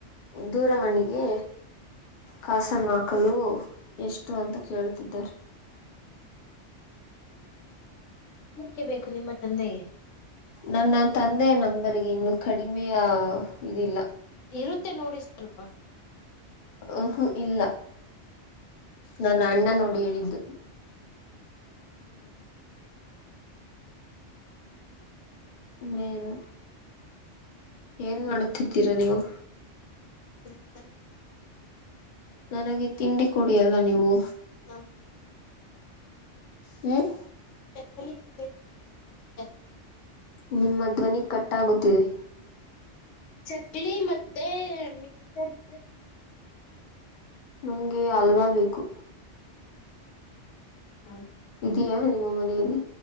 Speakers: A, on the left; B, on the left.
A: ದೂರವಾಣಿಗೆ ಕಾಸನ್ವಾಕಲು ಎಷ್ಟು ಅಂತ ಕೇಳುತ್ತಿದ್ದರು
B: ಕೆ ಬೇಕು ನಿಮ್ಮ ತಂದೆ
A: ನನ್ನ ತಂದೆಯ ನಂಬರ್ಗೆ ಇನ್ನುೂ ಕಡಿಮೆಯ ಇದಿಲ್ಲ
B: ಇರುತ್ತೆ ನೋಡಿ ಸ್ವಲ್ಪ
A: ಹಹು ಇಲ್ಲ ನನ್ನ ಅಣ್ಣ ನೋಡಿ ಹೇಳಿದ್ದು
B: ಹೌದ
A: ನ್ನೇನು ಏನ್ ಮಾಡುತ್ತಿದ್ದೀರಾ ನೀವು
B: <unintelligible>
A: ನನಗೆ ತಿಂಡಿ ಕುಡಿಯಲ್ಲ ನೀವು
B: ನಮ್ಮ
A: ಹ್ಮ್
B: <unintelligible>
A: ನಿಮ್ಮ ಧ್ವನಿ ಕಟ್ಟಾಗುತ್ತಿದೆ
B: ಚಕ್ಲಿ ಮತ್ತೆ ಮಿಕ್ರ್
A: ನಮ್ಗೆ ಅಲ್ವಾ ಬೇಕು
B: ಹ
A: ಇದಯಾ ನಿಮ್ಮ ಮನೇಲಿ